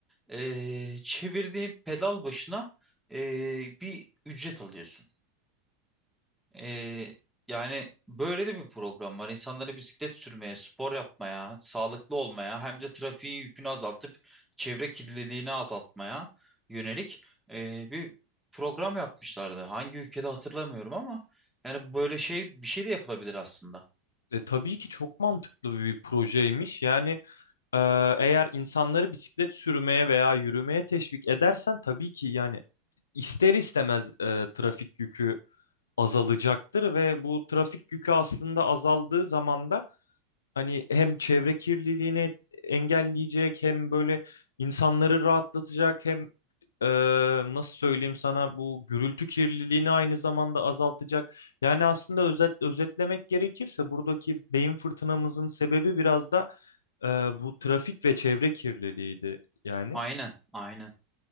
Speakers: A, in the centre; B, on the left (about 80°).
A: E, çevirdiğin pedal başına e, bir ücret alıyorsun. Ee, yani böyle de bir program var. İnsanları bisiklet sürmeye, spor yapmaya, sağlıklı olmaya hem de trafiğin yükünü azaltıp çevre kirliliğini azaltmaya yönelik ee, bir program yapmışlardı. Hangi ülkede hatırlamıyorum ama yani böyle şey bir şey de yapılabilir aslında.
B: E, tabii ki çok mantıklı bir projeymiş. Yani e, eğer insanları bisiklet sürmeye veya yürümeye teşvik edersen tabii ki yani ister istemez e, trafik yükü azalacaktır ve bu trafik yükü aslında azaldığı zaman da hani hem çevre kirliliğini engelleyecek hem böyle insanları rahatlatacak hem Ee, nasıl söyleyeyim sana bu gürültü kirliliğini aynı zamanda azaltacak. Yani aslında özet, özetlemek gerekirse buradaki beyin fırtınamızın sebebi biraz da e, bu trafik ve çevre kirliliğiydi yani.
A: Aynen, aynen.